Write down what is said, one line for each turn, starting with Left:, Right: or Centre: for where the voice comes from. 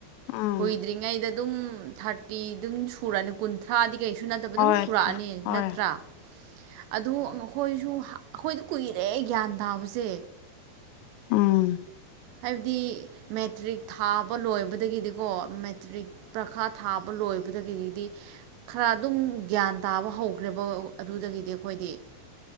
Left: ꯎꯝ
Right: ꯀꯨꯏꯗ꯭ꯔꯤꯉꯩꯗ ꯑꯗꯨꯝ ꯊꯥꯔꯇꯤ ꯑꯗꯨꯝ ꯁꯨꯔꯅꯤ ꯀꯨꯟꯊ꯭ꯔꯥꯗꯤ ꯀꯩꯁꯨ ꯅꯠꯇꯕ
Left: ꯍꯣꯏ
Right: ꯑꯗꯨꯝ ꯁꯨꯔꯛꯑꯅꯤ
Left: ꯑꯗꯨ ꯍꯣꯏ
Right: ꯅꯠꯇ꯭ꯔꯥ ꯑꯗꯨ ꯑꯩꯈꯣꯏꯁꯨ ꯑꯩꯈꯣꯏꯗ ꯀꯨꯏꯔꯦ ꯒ꯭ꯌꯥꯟ ꯇꯥꯕꯁꯦ
Left: ꯎꯝ
Right: ꯍꯥꯏꯕꯗꯤ ꯃꯦꯇ꯭ꯔꯤꯛ ꯊꯥꯕ ꯂꯣꯏꯕꯗꯒꯤꯗꯤꯀꯣ ꯃꯦꯇ꯭ꯔꯤꯛ ꯄꯔꯈꯥ ꯊꯥꯕ ꯂꯣꯏ ꯂꯣꯏꯕꯗꯒꯤꯗꯒꯤꯗꯤ ꯈꯔ ꯑꯗꯨꯝ ꯒ꯭ꯌꯥꯟ ꯇꯥꯕ ꯍꯧꯈ꯭ꯔꯦꯕ ꯑꯗꯨꯗꯒꯤꯗꯤ ꯑꯩꯈꯣꯏꯗꯤ